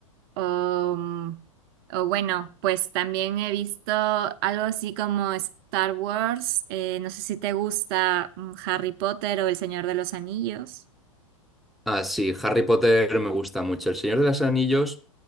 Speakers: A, on the right (about 45°); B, in the centre.
A: O, mm, o bueno, pues también he visto algo así como Star Wars. eh, no sé si te gusta mm, Harry Potter o El Señor de los Anillos.
B: Ah, sí, Harry Potter me gusta mucho. El Señor de los Anillos